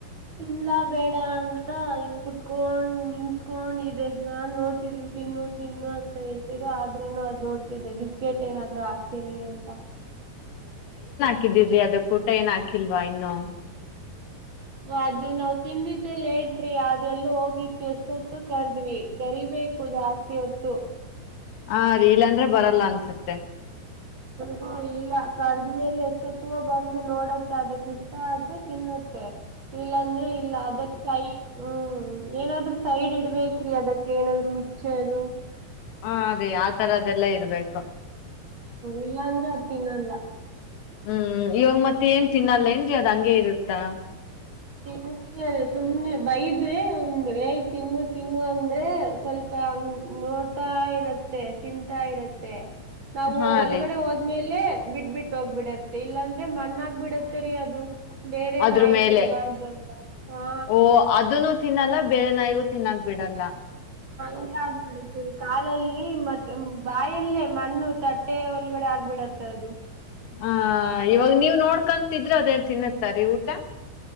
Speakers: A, on the right; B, on the left.
A: ಲ್ಲ ಬೇಡ ಅಂತ ಇನ್ ಕುೂತ್ಕೊಂಡ್ ನಿಂತ್ಕೊಂಡ್ ಇದೆ ನಾನ್ ನೋಡ್ತಿದ್ದೀನಿ ತಿನ್ನು ತಿನ್ನು ಅಂತ ಹೇಳಿ ರ ಆದ್ರೂನು ಅದ್ ನೋಡ್ತಿದ್ದೆ ಬಿಸ್ಕೆಟ್ ಏನಾದ್ರೂ ಹಾಕ್ತೀನಿ ಅಂತ
B: ಹಾಕಿದಿದ್ರರಿ ಅದ ಊಟ ಏನ್ ಹಾಕಿಲ್ವಾ ಇನ್ನು
A: ಅದು ನಾವ್ ತಿಂದಿದ್ದೆ ಲೇಟ್ರಿ ಅದೆಲ್ಲೂ ಹೋಗಿತ್ತು ಎಷ್ಟೊತ್ತು ಕರ್ದ್ವಿ ಕರಿಬೇಕು ಜಾಸ್ತಿ ಹೊತ್ತು
B: ಹಾ ರೀಲ ಅಂದ್ರೆ ಬರಲ್ಲ ಅನ್ಸುತ್ತೆ
A: ಹ ಇಲ್ಲ ಕಡದ್ಮೇಲೆ ಎಷ್ಟೊತ್ತಿಗೆ ಬಂದು ನೋಡತ್ತೆ ಅದಕ್ ಇಷ್ಟ ಆದ್ರೆ ತಿನ್ನತ್ತೆ ಇಲ್ಲಾಂದ್ರೆ ಇಲ್ಲ ಅದಕ್ ಸೈ ಹ್ಮ್ ಏನಾದ್ರೂ ಸೈಡ್ ಇಡ್ಬೇಕ್ರಿ ಅದಕ್ಕೆ ಏನಾದ್ರು ಮಿಕ್ಚರ್
B: ಹಾ ರೀ ಆತರದೆಲ್ಲ ಇರರ್ಬೇಕು
A: ಇಲ್ಲಾ ಅಂದ್ರೆ ಅದ್ ತಿನ್ನಲ್ಲ
B: ಹ್ಮ್ ಇವಾಗ ಮತ್ತೆ ಏನ್ ತಿನ್ನಲ್ಲೇಏನ್ರಿ ಅದ್ ಹಂಗೆ ಇರುತ್ತಾ
A: ತಿಂದರೆ ಸುಮ್ನೆ ಬೈದ್ರೆ ಒಂದು ಏ ತಿನ್ನು ತಿನ್ನು ಅಂದ್ರೆ ಸ್ವಲ್ಪ ಹಂಗ ನೋಡ್ತಾ ಇರತ್ತೆ ತಿನ್ಂತಾ ಇರತ್ತೆ ನಾವು
B: ಹಾ
A: ಒಳಗಡೆ
B: ರೀ
A: ಹೋದ್ಮೇಲೆ ಇಲ್ಲೇ ಬಿಟ್ ಬಿಟ್ಟ ಹೋಗ್ಬಿಡತ್ತೆ ಇಲ್ಲಾಂದ್ರೆ ಮಣ್ಣಾಕ್ ಬಿಡತ್ತೆ ರೀ ಅದು ಬೇರೆ
B: ಅದ್ರ
A: ನಾಯಿ
B: ಮೇಲೆ
A: ತಿನ್ಬಾರ್ದು <unintelligible> ತ ಹಾ
B: ಓ ಅದನ್ನು ತಿನ್ನಲ್ಲ ಬೇರೆ ನಾಯವು ತಿನ್ನ ಬಿಡಲ್ಲ
A: ಊಟ ಆಗ್ಬಿಡತ್ತ ರೀ ಕಾಲಲ್ಲಿ ಮತ್ತೆ ಬಾಯಲ್ಲೇ ಮಣ್ಣು ತಟ್ಟೆ ಒಳಗಡೆ ಆಗ್ಬಿಡತ್ತ ಅದು
B: ಹ ಇವಾಗ ನೀವ್ ನೋಡ್ಕೊಂತಿದ್ರೆ ಅದೇ ತಿನ್ನುತ್ತಾರೀ ಊಟ